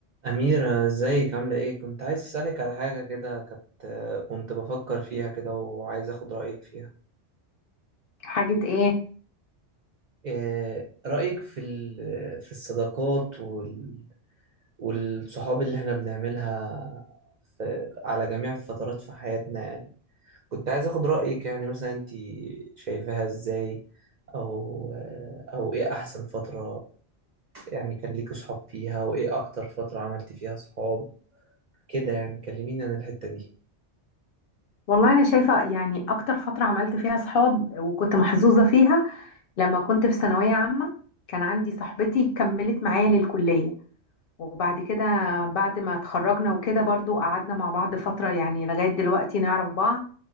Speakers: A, on the right; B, on the left.
A: أميرة ازيك عاملة ايه؟ كنت عايز أسألك على حاجة كده كنت كنت بفكر فيها كده وعايز أخد رأيك فيها
B: حاجة ايه
A: إيه رأيك في ال- في الصداقات وال والصحاب اللي احنا بنعملها في على جميع الفترات في حياتنا يعني كنت عايز أخد رأيك يعني مثلا انت شايفاها ازاي أو آه، أو ايه أحسن فترة يعني كان ليكوا صحاب فيها وإيه أكتر فترة عملتي فيها صحاب كده يعني كلميني عن الحتة دي
B: والله انا شايفة يعني اكتر فترة عملت فيها صحاب وكنت محظوظة فيها لما كنت في ثانوية عامة كان عندي صاحبتي كملت معايا للكلية وبعد كده بعد ما اتخرجنا وكده برضو قعدنا مع بعض فترة يعني لغاية دلوقتي نعرف بعض